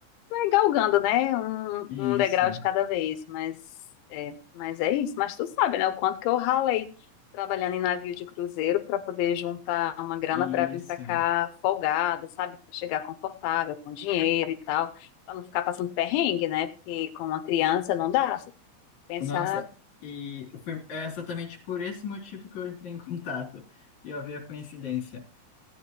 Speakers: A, on the left (about 80°); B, on the left (about 40°).
A: vai galgando, né? Um,
B: Isso,
A: um degrau de cada vez. Mas é, mas é isso. Mas tu sabe, né? O quanto que eu ralei trabalhando em navio de cruzeiro para poder juntar uma grana
B: isso.
A: para vir para cá folgada, sabe? Para chegar confortável, com dinheiro e tal. Para não ficar passando perrengue, né? Porque com uma criança não dá. Você tem que pensar.
B: Nossa, e foi é exatamente por esse motivo que eu entrei em <laughs> contato. E ó, veio a coincidência.